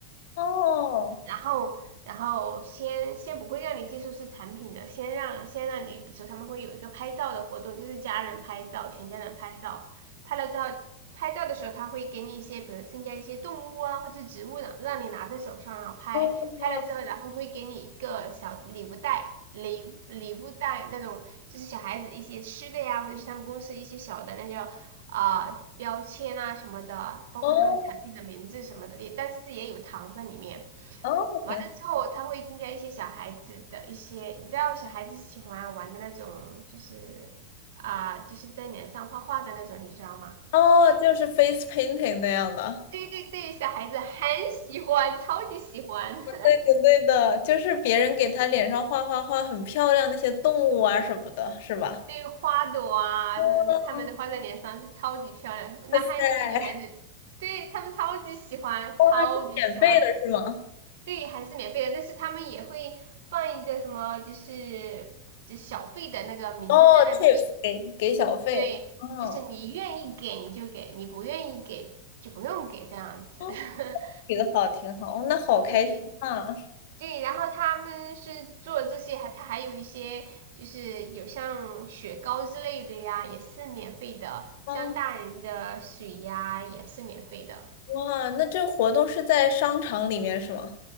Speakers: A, on the left; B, on the right.
A: 哦。
B: 然后然后先先不会让你接触是产品的，先让先让你，比如说他们会有一个拍照的活动，就是家人拍照，全家人拍照，拍了之后。拍照的时候，他会给你一些，比如增加一些动物啊，或者是植物呢，让你拿在手上啊拍。
A: 哦，嗯，
B: 拍了之后，然后会给你一个小礼物袋，礼礼物袋那种，就是小孩子一些吃的呀，或者是他们公司一些小的那叫啊、呃标签啊什么的，包括他们产品的名字什么的，
A: 哦，
B: 也但是也有糖在里面。
A: 哦，
B: 完了之后，
A: 挺好，
B: 他会增加一些小孩子的一些，你知道小孩子喜欢玩的那种，就是啊、呃就是在脸上画画的那种，你知道吗？
A: 哦，就是 face painting 那样的，
B: 对对对，小孩子很喜欢，超级喜欢。<laughs>
A: 对的，对的，就是别人给他脸上画画画很漂亮那些动物啊什么的，是吧？
B: 对花朵啊，
A: 哦，
B: 嗯，他们的画在脸上是超级漂亮，
A: 哇塞，
B: 男孩子、女孩子，对他们超级喜欢，
A: 哇，
B: 超级喜欢。
A: 是免费的是吗？
B: 对，还是免费的，但是他们也会放一个什么，就是就是小费的那个名字在那里面。
A: 哦，tips 给给小费，
B: 对，
A: 嗯，
B: 就是你愿意给你就给，你不愿意给就不用给这样子。
A: 哦，
B: <laughs>
A: 给的好，挺好，哦，那好开心啊，
B: 对对，然后他们是做这些，还他还有一些就是有像雪糕之类的呀，也是免费的，像大人的水呀也是免费的。
A: 哦，哇，那这活动是在商场里面是吗？